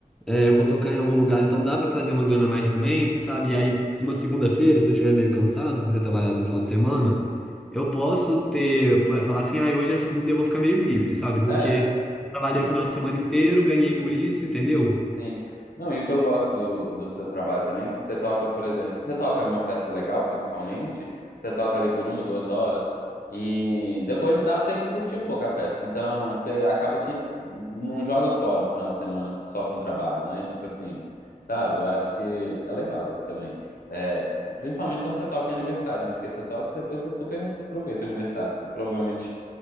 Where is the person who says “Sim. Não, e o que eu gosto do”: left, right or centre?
Left